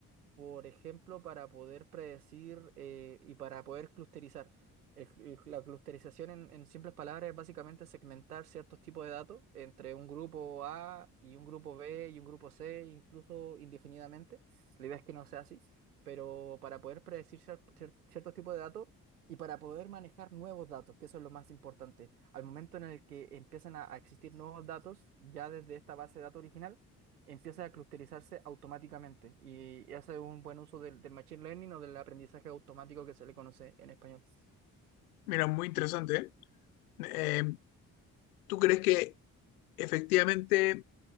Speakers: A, on the right (about 85°); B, on the left (about 80°).
A: por ejemplo, para poder predecir eh, y para poder clusterizar. El- el- la clusterización, en, en simples palabras, es básicamente segmentar ciertos tipos de datos entre un grupo A y un grupo B y un grupo C, incluso indefinidamente. La idea es que no sea así, pero para poder predecir cier- cier- ciertos tipos de datos y para poder manejar nuevos datos, que eso es lo más importante. Al momento en el que empiezan a a existir nuevos datos, ya desde esta base de datos original, empieza a clusterizarse automáticamente y hace un buen uso del, del machine learning o del aprendizaje automático que se le conoce en español.
B: Mira, muy interesante, ¿eh? Eh, ¿tú crees que efectivamente